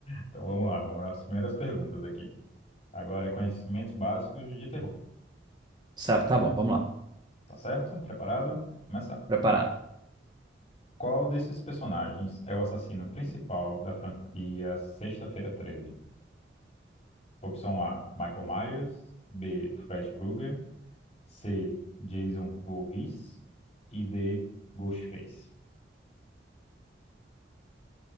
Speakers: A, on the left (about 35°); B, on the right (about 25°).
A: Então vamos lá, vamos lá. As primeiras perguntas aqui. Agora é conhecimentos básicos de terror.
B: Sabe, tá bom, vamos lá.
A: Tá certo? Preparado? Começar.
B: Preparado.
A: Qual desses personagens é o assassino principal da franquia Sexta-feira 13? Opção A, Michael Myers, B, Fred Krueger, C, Jason Voorhees e D, Ghostface.